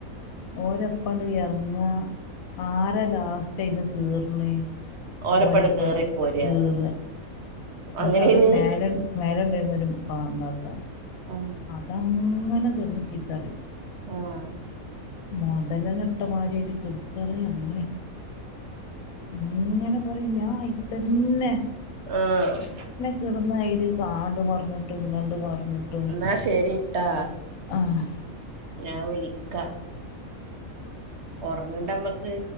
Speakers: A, on the left; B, on the right.
A: ഓരപ്പണ്ട് ഇറങ്ങാ ആരാ ലാസ്റ്റ്യിന്ന് കെർണേ
B: ഓരപ്പണ്ട്
A: ഓരപ്പ
B: കേറി പോരാ
A: കേറ എന്നിട്ട്
B: അങ്ങനെന്ന്
A: അവിടെ മേല മേല ഉണ്ടയിരുന്നു ഒരു പാ ഭാത്ത
B: ആഹ്
A: അതങ്ങനെ ചീർന്ന് ചീത്താറിം
B: ആഹ്
A: മൊതലന ഇട്ട മാരി അയിട്ട് കിടക്കാണ് അങ്ങനെ ഇങ്ങനെ പറയും ഞാൻ ഹൈ ത്തന്നെ
B: ആഹ്
A: കിടന്ന അയ്ല് കാണ്ട് മറിഞ്ഞിട്ടും ഇങ്ങണ്ട് മറിഞ്ഞിട്ടും
B: ന്നാ ശരിട്ടാ
A: ആഹ്
B: ഞാൻ വിളിക്ക ഒറങ്ങണ്ടമ്മക്ക്